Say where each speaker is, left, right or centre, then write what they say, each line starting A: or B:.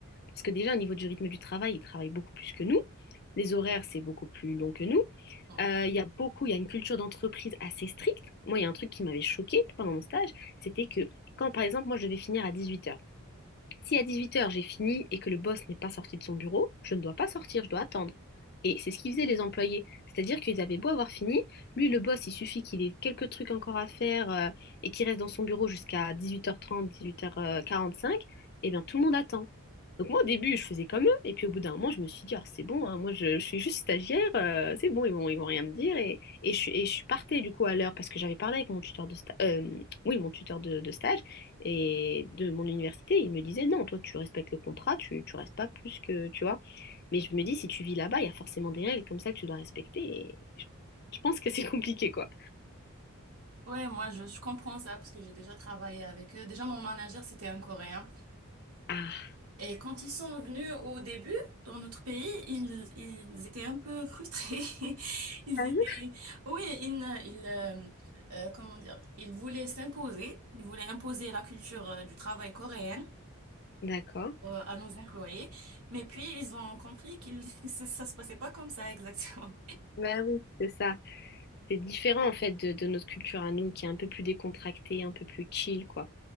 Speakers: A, on the left; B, on the right.
A: Parce que déjà, au niveau du rythme du travail, ils travaillent beaucoup plus que nous. Les horaires, c'est beaucoup plus long que nous.
B: Ouais.
A: Euh, Il y a beaucoup, il y a une culture d'entreprise assez stricte. Moi, il y a un truc qui m'avait choquée pendant mon stage, c'était que quand, par exemple, moi, je devais finir à 18 heures si à 18h j'ai fini et que le boss n'est pas sorti de son bureau, je ne dois pas sortir, je dois attendre. Et c'est ce qu'ils faisaient les employés. C'est-à-dire qu'ils avaient beau avoir fini, lui le boss, il suffit qu'il ait quelques trucs encore à faire euh, et qu'il reste dans son bureau jusqu'à 18h30, 18h45, et bien tout le monde attend. Donc moi au début je faisais comme eux, et puis au bout d'un moment je me suis dit, ah, c'est bon, hein, moi je, je suis juste stagiaire, euh, c'est bon, ils vont, ils vont rien me dire. Et, et je, suis- et je partais du coup à l'heure parce que j'avais parlé avec mon tuteur de stage, oui, mon tuteur de de stage et de mon université, ils me disaient non, toi tu respectes le contrat, tu, tu restes pas plus que, tu vois. Mais je me dis, si tu vis là-bas, il y a forcément des règles comme ça que tu dois respecter. Et je, je pense que c'est <laughs> compliqué, quoi.
B: Ouais, moi je, je comprends ça parce que j'ai déjà travaillé avec eux. Déjà mon manager c'était un Coréen
A: Ah,
B: et quand ils sont venus au début dans notre pays, ils ils étaient un peu frustrés. <laughs> Ils
A: Sérieux
B: étaient oui, ils ne- ils euh, euh, comment dire, ils voulaient s'imposer, ils voulaient imposer la culture euh, du travail coréenne
A: d'accord.
B: euh, à nos employés, mais puis ils ont compris qu'ils <laughs> ça ça se passait pas comme ça exactement.
A: Bah oui, c'est ça. C'est différent en fait de, de notre culture à nous, qui est un peu plus décontractée, un peu plus chill, quoi.